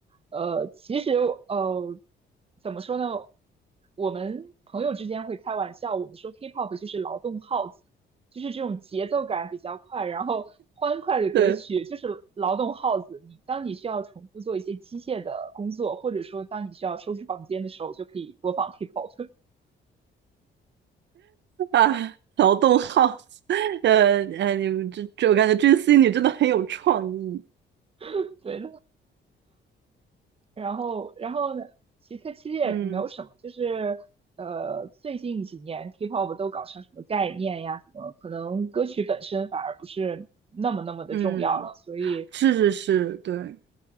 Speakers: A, on the right; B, on the right.
A: 呃，其实呃，怎么说呢？我们朋友之间会开玩笑，我们说 K-pop 就是劳动号子，就是这种节奏感比较快，然后欢快的歌曲，
B: 对
A: 就是劳动号子。你当你需要重复做一些机械的工作，或者说当你需要收拾房间的时候，就可以播放 K-pop。
B: 啊，劳动号，<laughs> 呃呃，你们这这我感觉追星你真的很有创意。
A: <laughs> 对，然后，然后呢？其实它其实也没有什么，
B: 嗯
A: 就是呃，最近几年 K-pop 都搞成什么概念呀，什么可能歌曲本身反而不是那么那么的重要了，
B: 嗯，
A: 所以
B: 是是是，对。